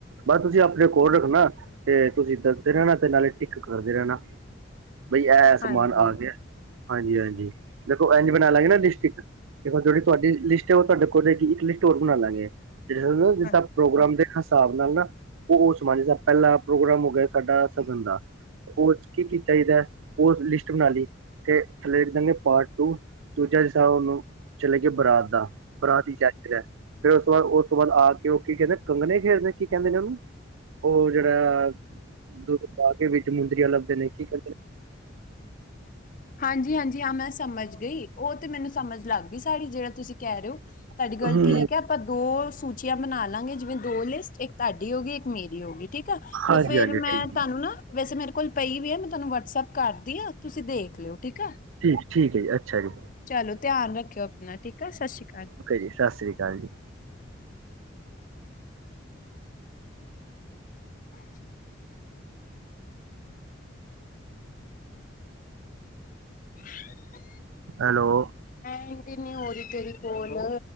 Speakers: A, on the right (about 80°); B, on the left (about 40°).
A: ਬਸ ਤੁਸੀਂ ਆਪਣੇ ਕੋਲ ਰੱਖਣਾ ਤੇ ਤੁਸੀਂ ਦੱਸਦੇ ਰਹਿਣਾ ਤੇ ਨਾਲੇ ਟਿੱਕ ਕਰਦੇ ਰਹਿਣਾ। ਬਈ ਐ ਸਮਾਨ
B: ਹਾਂਜੀ
A: ਆ ਗਿਆ, ਹਾਂਜੀ, ਹਾਂਜੀ ਦੇਖੋ ਇੰਝ ਬਨਾਲਾਂਗੇ ਨਾ ਡਿਸਟਿਕ ਤੇ ਜੇੜੀ ਤੋਆਡੀ ਲਿਸਟ ਏ ਓ ਤੋਆਡੇ ਕੋਲ ਰਏਗੀ, ਇੱਕ ਲਿਸਟ ਹੋਰ ਬਨਾਲਾਂਗੇ <unintelligible>
B: ਹਾਂ
A: ਪ੍ਰੋਗਰਾਮ ਦੇ ਨਾ ਹਿਸਾਬ ਨਾਲ ਨਾ ਓ ਓਸ <unintelligible> ਪੈਲਾ ਪ੍ਰੋਗਰਾਮ ਹੋਗਯਾ ਸਾਡਾ ਸਗਨ ਦਾ ਹੋਰ ਕੀ ਕੀ ਚਾਹੀਦਾ ਓ ਦੀ ਲਿਸਟ ਬਨਾਲੀ। ਤੇ ਥੱਲੇ ਲਿਖਦਾਂਗੇ ਪਾਰਟ ਟੂ, ਦੂਜਾ ਹਿਸਾਬ ਓਨੂੰ <unintelligible> ਚਲੇਗਏ ਬਰਾਤ ਬਰਾਤ ਦੀ ਚਠ ਐ, ਫੇਰ ਓਸ ਤੋ ਬਾਦ, ਓਸ ਤੋ ਬਾਦ ਆਕੇ ਓ ਕੀ ਕੈਂਦੇ ਕੰਗਨੇ ਫੇਰ ਤੇ ਕੀ ਕੈਂਦੇ ਨੇ ਓਨੂੰ, ਓ ਜੇੜਾ ਦੁੱਧ ਪਾਕੇ ਵਿੱਚ ਮੁੰਦਰੀਆਂ ਲੱਭਦੇ ਨੇ, ਕੀ ਕੈਂਦੇ ਨੇ
B: ਹਾਂਜੀ, ਹਾਂਜੀ, ਹਾਂ ਮੈਂ ਸਮਝ ਗੀ, ਓ ਤੇ ਮੈਨੂੰ ਸਮਝ ਲੱਗ ਗੀ ਸਾਰੀ ਜੇੜਾ ਤੁਸੀ ਕੈ ਰੇਓ। ਤਾਡੀ
A: ਕਹਿੰਦੇ
B: ਗੱਲ ਠੀਕ
A: ਨੇ
B: ਐ, ਪਰ ਦੋ ਸੂਚੀਆਂ ਬਨਾਲਾਂਗੇ ਜਿਵੇਂ ਦੋ ਲਿਸਟ, ਏਕ ਤਾਡੀ ਹੋਗੀ, ਇੱਕ ਮੇਰੀ ਹੋਗੀ, ਠੀਕ ਆ
A: ਹਾਂਜੀ
B: ਤੇ ਫੇਰ
A: ਹਾਂਜੀ
B: ਮੈਂ
A: ਠੀਕ
B: ਤਾਨੂੰ ਨਾ ਵੈਸੇ ਮੇਰੇ ਕੋਲ ਪਈ ਵੀ ਆ ਮੈਂ ਤੁਹਾਨੂੰ ਵਟਸਐਪ ਕਰਤੀ ਹ ਤੁਸੀਂ ਦੇਖ ਲਓ ਠੀਕ ਹੈ।
A: ਠੀਕ ਠੀਕ ਹੈ ਜੀ ਅੱਛਾ ਜੀ
B: ਚਲੋ ਧਿਆਨ ਰੱਖਿਓ ਆਪਣਾ ਠੀਕ ਆ ਸ਼੍ਰਿਸ਼ਰ ਅਕਾਲ।
A: ਜੀ ਸ਼੍ਰਿਸ਼ਰੀ ਅਕਾਲ ਜੀ।
B: ਹ। ਹ ਨ
A: ਹੈਲੋ।
B: ਹੰਡ ਹੀ ਨਹੀ ਔਹ ਰਹੀ ਤੇਰੀ ਕੋਲ